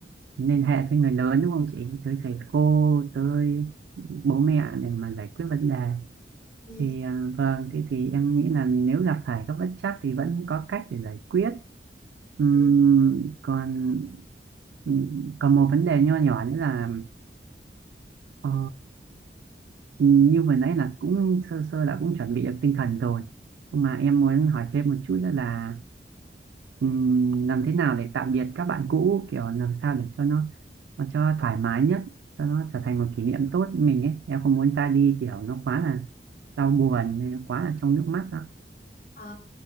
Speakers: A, on the right; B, on the left.
A: liên hệ với người lớn đúng không chị tới thầy cô tới bố mẹ để mà giải quyết vấn đề
B: ừ.
A: thì à, vâng thế thì em nghĩ là nếu gặp phải các bất trắc thì vẫn có cách để giải quyết Ừm,
B: Ừ.
A: còn ừm, còn một vấn đề nho nhỏ nữa là ờ, như vừa nãy là cũng sơ sơ đã cũng chuẩn bị được tinh thần rồi nhưng mà em muốn hỏi thêm một chút nữa là ừm, làm thế nào để tạm biệt các bạn cũ kiểu làm sao để cho nó nó cho thoải mái nhất cho nó trở thành một kỷ niệm tốt với mình ấy em không muốn ra đi kiểu nó quá là đau buồn hay quá là trong nước mắt đó
B: Ờ,